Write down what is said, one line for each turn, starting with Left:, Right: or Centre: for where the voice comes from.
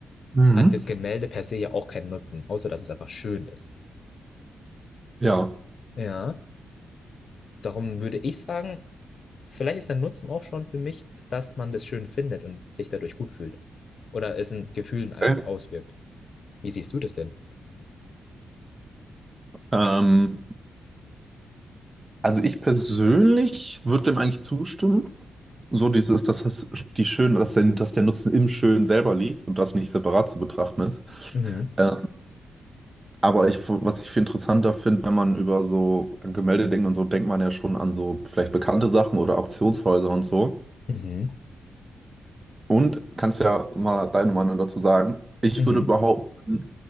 Right: Mhm.
Left: hat das Gemälde per se ja auch keinen Nutzen, außer dass es einfach schön ist.
Right: Ja.
Left: Ja. Darum würde ich sagen, vielleicht ist der Nutzen auch schon für mich, dass man das schön findet und sich dadurch gut fühlt. Oder es in Gefühlen einen
Right: Okay.
Left: auswirkt. Wie siehst du das denn?
Right: Ähm, also ich persönlich würde dem eigentlich zustimmen. so dieses, dass das die schön, dass der, dass der Nutzen im Schön selber liegt und das nicht separat zu betrachten ist.
Left: Mhm.
Right: Ähm, aber ich, was ich viel interessanter finde, wenn man über so Gemälde denkt und so, denkt man ja schon an so vielleicht bekannte Sachen oder Auktionshäuser und so.
Left: Mhm.
Right: Und kannst ja mal deine Meinung dazu sagen. Ich
Left: Mhm.
Right: würde behaupten,